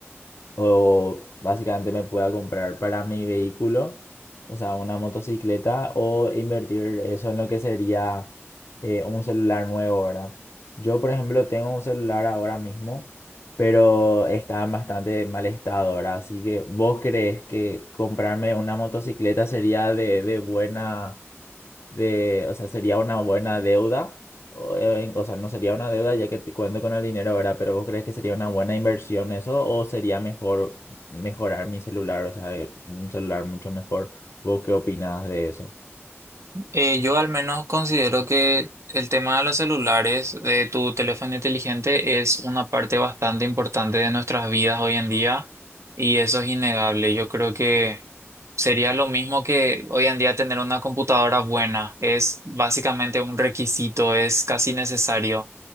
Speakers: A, on the left; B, on the right.
A: o básicamente me pueda comprar para mi vehículo, o sea, una motocicleta, o invertir eso en lo que sería eh, un celular nuevo, ¿verdad? Yo, por ejemplo, tengo un celular ahora mismo, pero está en bastante mal estado, ¿verdad? Así que, ¿vos crees que comprarme una motocicleta sería de, de buena, de, o sea, sería una buena deuda? O, eh, o sea, no sería una deuda ya que te cuento con el dinero ahora, pero ¿vos crees que sería una buena inversión eso o sería mejor mejorar mi celular, o sea, eh, un celular mucho mejor? ¿Vos qué opinás de eso?
B: Eh, yo al menos considero que el tema de los celulares, de tu teléfono inteligente, es una parte bastante importante de nuestras vidas hoy en día y eso es innegable. Yo creo que sería lo mismo que hoy en día tener una computadora buena. Es básicamente un requisito, es casi necesario.